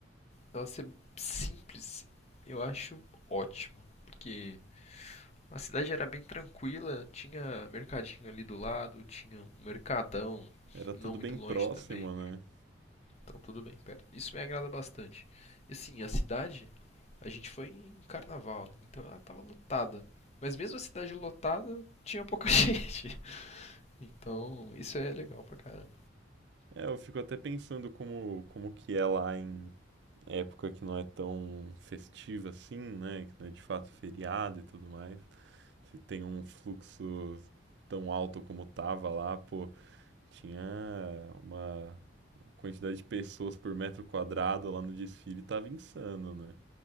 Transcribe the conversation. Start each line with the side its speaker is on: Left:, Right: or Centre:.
Left: dela ser simples, eu acho ótimo. Porque a cidade era bem tranquila, tinha mercadinho ali do lado, tinha um mercadão
Right: Era tudo
Left: não muito
Right: bem próximo,
Left: longe também.
Right: né?
Left: Então tudo bem, perto. Isso me agrada bastante. E assim, a cidade, a gente foi em carnaval, né? então ela tava lotada. Mas mesmo a cidade lotada, tinha pouca <laughs> gente. Então, isso é legal pra caramba.
Right: É, eu fico até pensando como, como que é lá em época que não é tão festiva assim, né? Que não é de fato feriado e tudo mais. Se tem um fluxo tão alto como tava lá, pô, tinha uma quantidade de pessoas por metro quadrado lá no desfile, tava insano, né?